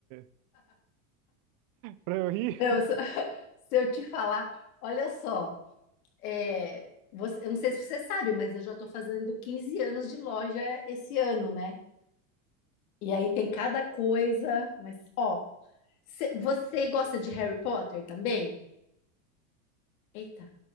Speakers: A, on the right; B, on the left.
A: <laughs> pra eu rir?
B: Eu-
A: <laughs>
B: se <laughs> se eu te falar, olha só, é, você- eu não sei se você sabe, mas eu já tô fazendo quinze anos de loja esse ano, né? E aí tem cada coisa, mas ó, cê- você gosta de Harry Potter também? Eita,